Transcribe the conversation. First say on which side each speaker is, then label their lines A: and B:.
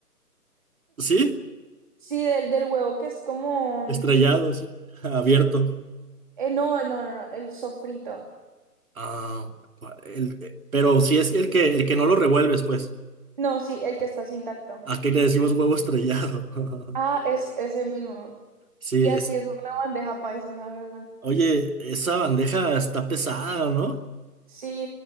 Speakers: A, on the right; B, on the right.
A: ¿Sí?
B: Sí, del, del huevo que es como,
A: Estrellado, sí. <laughs> Abierto.
B: eh, no, no, no, no, el sofrito.
A: Ah, cua- El- eh, pero si es el que, el que no lo revuelves, pues.
B: No, sí, el que está así intacto.
A: Aquí le decimos huevo estrellado. <laughs>
B: Ah, es ese mismo.
A: Sí,
B: Y
A: es.
B: así es una bandeja paisa, la verdad.
A: Oye, esa bandeja está pesada, ¿no?
B: Sí,